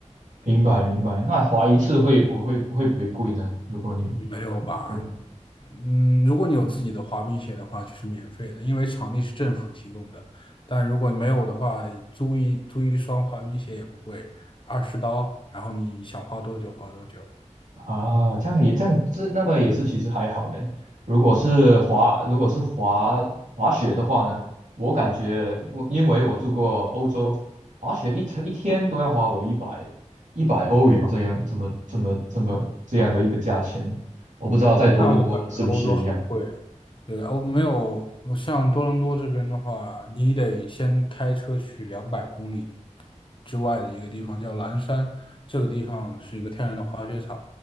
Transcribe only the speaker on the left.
没有吧？
嗯，如果你有自己的滑冰鞋的话，就是免费的，因为场地是政府提供的。但如果你没有的话，租一租一双滑冰鞋也不贵，二十刀，然后你想花多久花多久。
那我感觉欧洲好贵啊。对，欧没有，我像多伦多这边的话，你得先开车去两百公里之外的一个地方，叫蓝山。这个地方是一个天然的滑雪场，